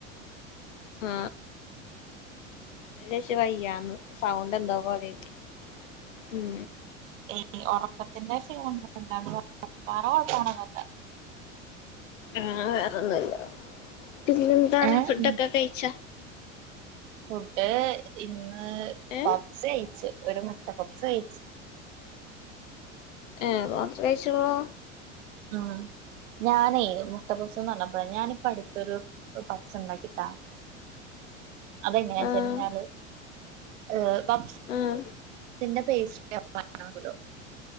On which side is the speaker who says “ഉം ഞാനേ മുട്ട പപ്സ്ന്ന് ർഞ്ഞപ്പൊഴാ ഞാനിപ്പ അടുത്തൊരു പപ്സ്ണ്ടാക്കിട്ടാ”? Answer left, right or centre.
Right